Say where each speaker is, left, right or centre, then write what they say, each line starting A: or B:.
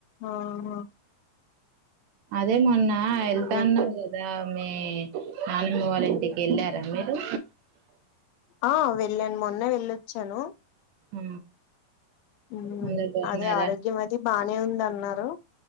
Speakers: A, on the left; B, on the right.
A: అహా
B: అదే మొన్న వెళ్తాన్నావు
A: అదే
B: కదా మీ నానమ్మ వాళ్ళ ఇంటి టికి ఎల్లారా మీరు
A: ఆ వెళ్ళాను మొన్న వెళ్ళొచ్చాను
B: ఆ
A: హ్మ్మ్
B: అందరు బాగున్నారా
A: అదే ఆరోగ్యం అది బానే ఉంది అన్నారు